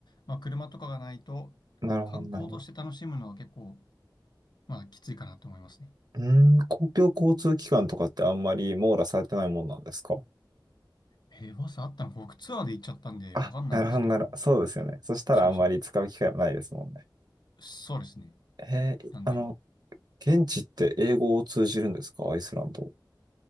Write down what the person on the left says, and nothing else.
まあ車とかがないと、
観光として楽しむのは結構、
まあきついかなと思いますね。
えーバスあったのか、僕ツアーで行っちゃったんでわかんないんですけど、
それそれ。そうですね。
なんで、